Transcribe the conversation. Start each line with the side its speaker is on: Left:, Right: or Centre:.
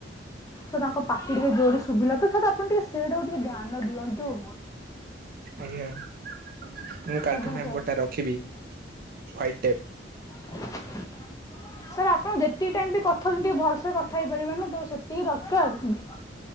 Left: ସାର୍ ତାଙ୍କ ପାଟି ଟିକେ ଜୋରରେ ଶୁଭିଲା ତ, ସାର୍ ଆପଣ ଟିକେ ସେଇଟାକୁ ଟିକେ ଧ୍ୟାନ ଦିଅନ୍ତୁ।
Right: ଆଜ୍ଞା ମୁଁ କାଲିଠୁ
Left: ଆଜ୍ଞା
Right: ମାମ୍
Left: ସାର୍
Right: ଗୋଟେ ରଖିବି ହ୍ଵାଇଟ ଟେପ୍।
Left: ସାର୍ ଆପଣ ଯେତିକି ଟାଇମ ବି କଥା ହେଉଛନ୍ତି, ଟିକେ ଭଲସେ କଥା ହେଇପାରିବେ ନା ତ ସେତିକି ଦରକାର ହୁଁ।